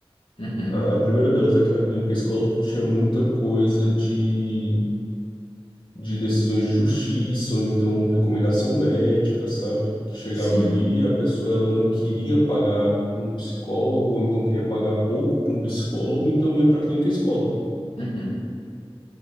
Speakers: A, on the left (about 90°); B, on the left (about 55°).
A: Uhum.
B: A, a primeira delas é que na clínica e escola tinha muita coisa de de decisões de justiça, ou então recomendação médica, sabe? Que chegava
A: Sim.
B: ali e a pessoa ela não queria pagar um psicólogo, ou então queria pagar pouco para um psicólogo, então ia para a clínica escola.
A: Uhum.